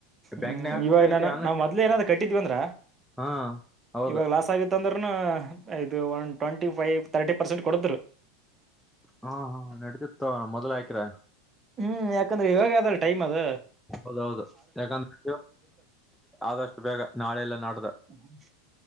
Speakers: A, in the centre; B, on the right (about 25°).
A: ಬ್ಯಾಂಕ್ನಾಗ
B: ಹೂ
A: ಹಾಕ್ಬೇಕ
B: ಇವಾಗ ನಾನ
A: ಇಲ್ಲಿ ಆನ್ಲೈನ್
B: ನಾವ್ ಮೊದ್ಲೆ ಏನಾದ್ ಕಟ್ಟಿದ್ವಿ ಅಂದ್ರ
A: ಹಾ ಹೌದು
B: ಇವಾಗ ಲಾಸ್ ಆಗಿತ್ತ ಅಂದ್ರ ಇದು ಒಂದು ಟ್ವೆಂಟಿ ಫೈವ್ ತರ್ಟಿ ಪರ್ಸೆಂಟ್ ಕೊಡದ್ರು
A: ಹಾ ಹಾ ನಡೀತಿ ತಗೋ ಮೊದ್ಲ ಹಾಕಿದ್ರ
B: ಹೂ ಯಾಕಂದ್ರೆ ಇವಾಗ ಅದಲ್ಲ ಟೈಮ್ ಅದ
A: ಹೌದೌದು ಯಾಕಂದ್ರೆ ಆದಷ್ಟು ಬೇಗ ನಾಳೆ ಎಲ್ಲಾ ನಡ್ದ
B: ಹೂ